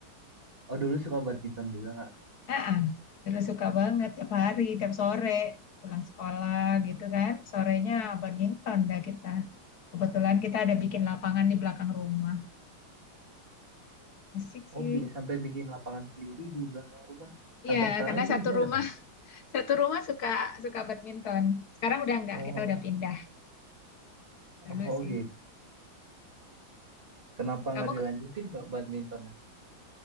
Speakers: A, on the right; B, on the left.
A: oh dulu suka badminton juga kak.
B: Ah, ah, dulu suka banget tiap hari, tiap sore pulang sekolah gitu kan. Sorenya badminton dah kita. Kebetulan kita ada bikin lapangan di belakang rumah. Asik sih.
A: Oh, bi- sampai bikin lapangan sendiri di belakang rumah.
B: Iya,
A: Sampai sekarang
B: karena
A: itu
B: satu
A: masih
B: rumah
A: ada kak?
B: <laughs> satu rumah suka suka badminton. Sekarang udah enggak,
A: Oh,
B: kita udah pindah dulu
A: oh oh,
B: sih.
A: gitu. Kenapa
B: Kamu
A: nggak dilanjutin
B: ke-
A: kak badmintonnya?